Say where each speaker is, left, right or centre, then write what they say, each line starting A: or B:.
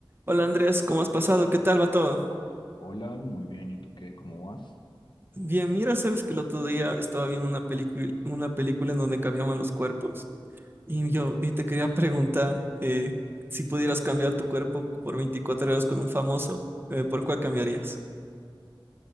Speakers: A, on the right; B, on the left.
A: Hola Andrés, ¿cómo has pasado? ¿Qué tal va todo?
B: Hola, muy bien. ¿Y tú qué? ¿Cómo vas?
A: Bien, mira, sabes que el otro día estaba viendo una película, una película en donde cambiaban los cuerpos y yo eh, te quería preguntar eh, si pudieras cambiar tu cuerpo por 24 horas con un famoso, eh, ¿por cuál cambiarías? <laughs>